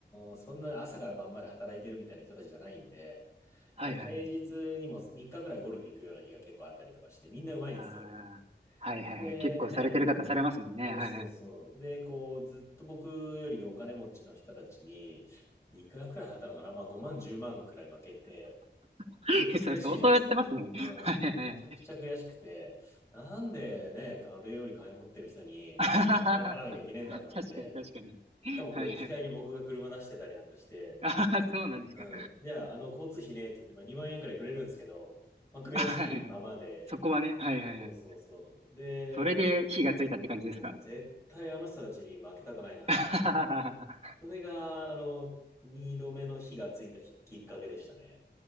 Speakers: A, on the left; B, on the right.
A: ーそんな朝から晩まで働いてるみたいな人たちじゃないんで、
B: はいはいはい。
A: やっぱ平日にも3日くらいゴルフ行くような日が結構あったりとかして、
B: はいはい
A: みんなうまいんですよ。
B: ああ、はいはいはい。
A: で、
B: 結構されてる方されますもんね。
A: ね、そうそうそう。
B: はいはい。
A: で、こう、ずっと僕よりお金持ちの人たちに、いくらくらい払ったのかなまあ5万、10万くらい負けて、
B: <laughs>
A: めちゃくちゃ悔しいじゃないですか。
B: それ相当やってますね。
A: うん。
B: はいはいはい。
A: めちゃくちゃ悔しくて、なんでね、あれより金持ってる人に、
B: <laughs> あはは
A: こんな金払わなきゃいけねえんだと思って、
B: は確かに確かに。
A: しかもこう、
B: はいはいはい。
A: 行き帰り僕が車出してたりなんかして、
B: ああ、そうなんですか。
A: うん。じゃあ、あの、交通費ねって言って、まあ、2万円くらいくれるんですけど、まあ、悔しいままで、
B: はいはいはい。そこはね、はいはいはい。
A: そうそうそう。で、
B: それで火がついたって感じですか。
A: もう絶対あの人たちに負けたくないなと思って、
B: <laughs>
A: それが、あの、2度目の火がついたきっかけでしたね。